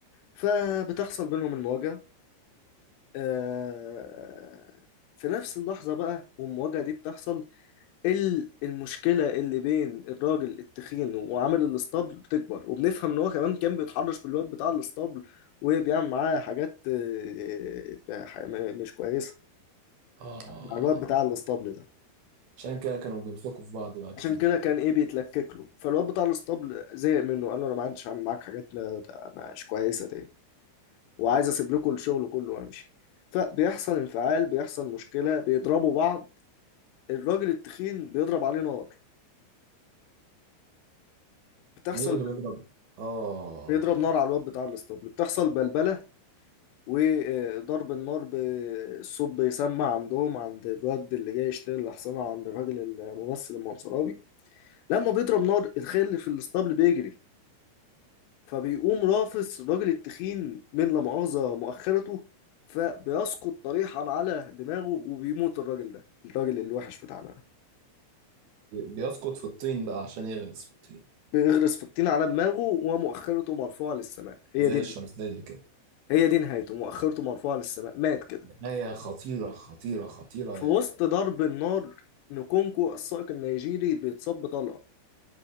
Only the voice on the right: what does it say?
اه
عشان كده كانوا بيمسكوا في بعض بقى كتير
مين اللي بيضرب اه
بي- بيسقط في الطين بقى عشان يغرس في الطين
زي
الشمسية كده
نهاية خطيرة خطيرة خطيرة